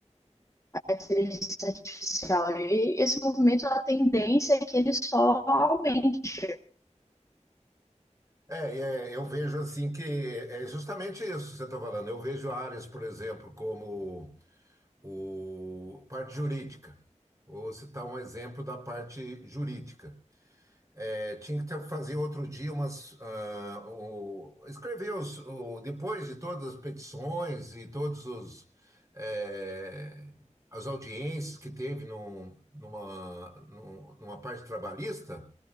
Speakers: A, on the left; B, on the right.
A: a inteligência artificial. E esse movimento, a tendência é que ele só aumente.
B: É, é, eu vejo assim que é é justamente isso que você está falando. Eu vejo áreas, por exemplo, como o parte jurídica. Vou citar um exemplo da parte jurídica. É, tinha que ter, fazer outro dia umas. ah, o- escrever os, o- depois de todas as petições e todos os. eh, as audiências que teve num- numa, num- numa parte trabalhista.